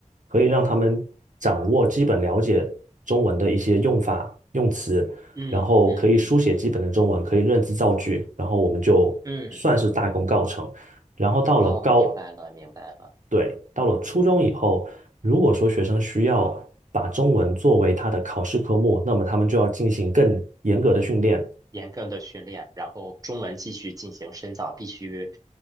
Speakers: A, on the right; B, on the right.
A: 可以让他们掌握基本了解中文的一些用法、用词，
B: 嗯嗯嗯
A: 然后可以书写基本的中文，可以认字造句，然后我们就算是大功告成。
B: 嗯，嗯
A: 然后到了高，
B: 哦，明白了，明白了。
A: 对，到了初中以后，如果说学生需要把中文作为他的考试科目，那么他们就要进行更严格的训练，
B: 严格的训练，然后中文继续进行深造，必须